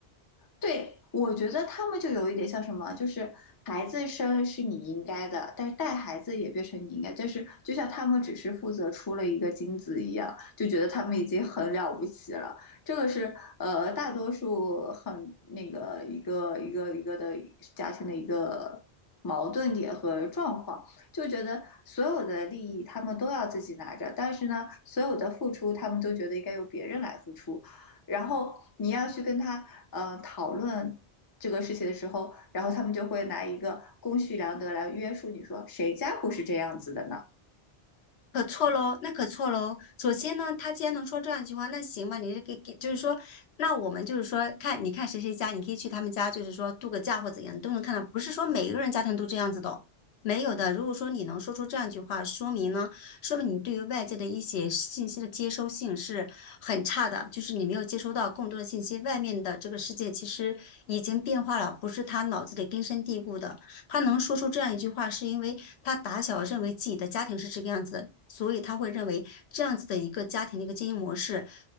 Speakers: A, on the left; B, on the left.
A: 对，我觉得他们就有一点像什么，就是孩子生是你应该的，但是带孩子也变成你应该。但是就像他们只是负责出了一个精子一样，就觉得他们已经很了不起了。这个是呃，大多数很那个一个一个一个的家庭的一个矛盾点和状况，就觉得所有的利益他们都要自己拿着，但是呢，所有的付出他们都觉得应该由别人来付出。然后你要去跟他呃讨论这个事情的时候，然后他们就会拿一个公序良德来约束你说谁家不是这样子的呢？
B: 可错喽，那可错喽。首先呢，他既然能说这样一句话，那行吧，你是给给，就是说，那我们就是说，看你看谁谁家，你可以去他们家，就是说度个假或怎样，你都能看到。不是说每一个人家庭都这样子的哦没有的。如果说你能说出这样一句话，说明呢，说明你对于外界的一些信息的接收性是很差的，就是你没有接收到更多的信息。外面的这个世界其实已经变化了，不是他脑子里根深蒂固的。他能说出这样一句话，是因为他打小认为自己的家庭是这个样子的，所以他会认为这样子的一个家庭的一个经营模式，